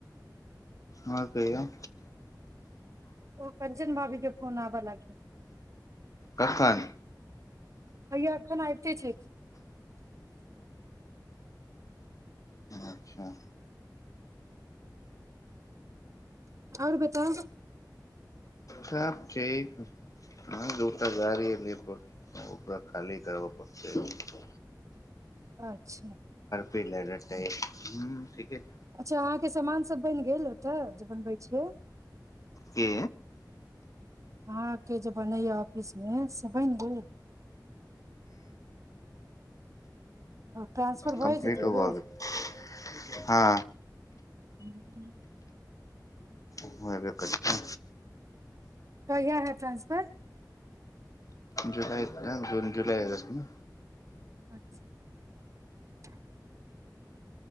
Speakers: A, on the left (about 50°); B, on the right (about 45°).
A: आहाँ कहियो
B: ओ कंचन भाभी के फोन आबअ लागले
A: कखान
B: भैयाक खाना एयते छै
A: अच्छा
B: आओर बताउ
A: सब ठीक ऐ दूटा गाड़ी लिए परतै ओकरा खाली करबअ पड़तै
B: अच्छा
A: <unintelligible> ठीके छै
B: अच्छा अहाँके सामानसभ बैन गेल ओतय जे बनबै छियै
A: की
B: आहाँ के जे बनैय य अप इसमे से बैन गेल ट्रांसफर भए
A: कम्पलीट
B: जेतै एहि
A: ओ
B: बेर
A: भय गेलै हँ
B: हू उ
A: उ हेबे करतै
B: कहिया हैत ट्रानंसफर
A: जुलाइ जून जुलाइ अगस्तमे
B: अचछा